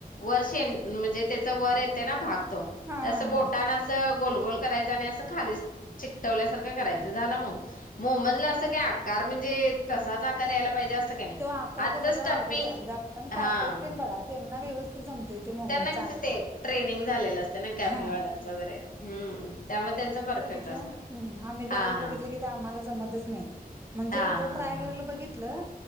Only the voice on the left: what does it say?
वर शेंग
म्हणजे त्याच वर येतय ना भाग. ते
असं बोटान
असं गोल-गोल करायच आणि अस खाली चिकटवल्यासारंख करायच, झाला मोमोज. मोमोज ला अस ते आकार म्हणजे, तसाच आकार यायला पाहिजे अस काय नाही.
आतलं
स्टपिंग
हा
त्यांना कस
ते, ट्रेनिंग झालेलं असते ना. कॅफेवाल्यांचं
वगैरे हम्म त्यामुळे त्यांच परफेक्ट.
असतं
हा हा
हा
हा
हा